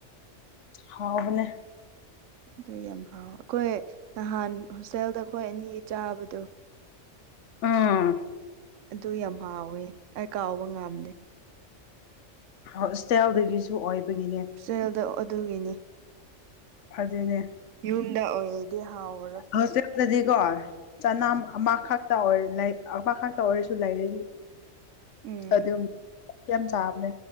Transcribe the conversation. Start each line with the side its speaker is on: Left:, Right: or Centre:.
Left: ꯍꯥꯎꯕꯅꯦ
Right: ꯑꯗꯨ ꯌꯥꯝ ꯍꯥꯎ ꯑꯈꯣꯏ ꯅꯍꯥꯟ ꯍꯣꯁꯇꯦꯜꯗ ꯑꯈꯣꯏ ꯑꯅꯤ ꯆꯥꯕꯗꯣ
Left: ꯎꯝ
Right: ꯑꯗꯨ ꯌꯥꯝ ꯍꯥꯎꯋꯦ ꯑꯩ ꯀꯥꯎꯕ ꯉꯥꯝꯗꯦ
Left: ꯍꯣꯁꯇꯦꯜꯗꯒꯤꯁꯨ ꯑꯣꯏꯕꯒꯤꯅꯦ
Right: ꯍꯣꯁꯇꯦꯜꯗ ꯑꯗꯨꯒꯤꯅꯦ
Left: ꯑꯗꯨꯅꯦ
Right: ꯌꯨꯝꯗ ꯑꯣꯏꯔꯗꯤ ꯍꯥꯎꯔꯔꯣꯢ
Left: ꯍꯣꯁꯇꯦꯜꯗꯗꯤ ꯀꯣ ꯆꯅꯥꯝ ꯑꯃ ꯈꯛꯇ ꯑꯃ ꯈꯛꯇ ꯑꯣꯏꯔꯁꯨ ꯂꯩꯔꯗꯤ
Right: ꯎꯝ
Left: ꯑꯗꯨꯝ <unintelligible> ꯁꯥꯕꯅꯦ